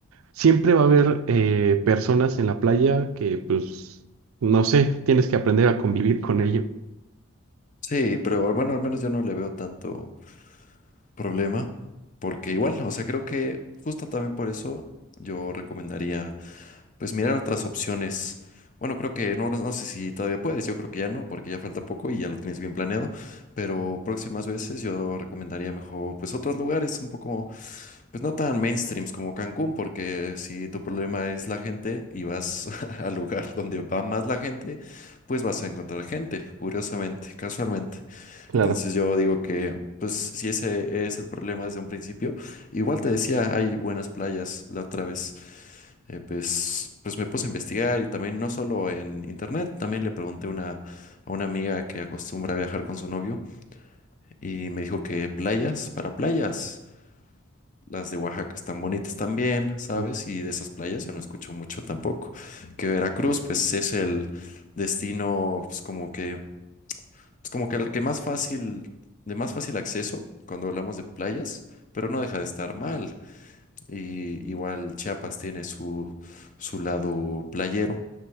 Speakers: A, on the right; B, on the left.
A: siempre va a haber eh, personas en la playa que, pues, no sé, tienes que aprender a convivir con ello.
B: Sí, pero bueno, al menos yo no le veo tanto problema, porque igual, o sea, creo que justo también por eso yo recomendaría, pues mirar otras opciones. Bueno, creo que no, no sé si todavía puedes, yo creo que ya no, porque ya falta poco y ya lo tienes bien planeado, pero próximas veces yo recomendaría mejor, pues otros lugares un poco Pues no tan mainstreams como Cancún, porque si tu problema es la gente y vas <laughs> al lugar donde va más la gente, pues vas a encontrar gente, curiosamente, casualmente.
A: Claro,
B: Entonces yo digo que, pues si ese es el problema desde un principio, igual te decía, hay buenas playas la otra vez. eh, pues, pues me puse a investigar y también no solo en internet, también le pregunté a una, a una amiga que acostumbra a viajar con su novio y me dijo que playas para playas. Las de Oaxaca están bonitas también, ¿sabes?
A: sí,
B: Y de esas playas yo no escucho mucho tampoco. Que Veracruz, pues es el destino, pues como que, es como que el que más fácil, de más fácil acceso cuando hablamos de playas, pero no deja de estar mal. Y igual Chiapas tiene su, su lado playero,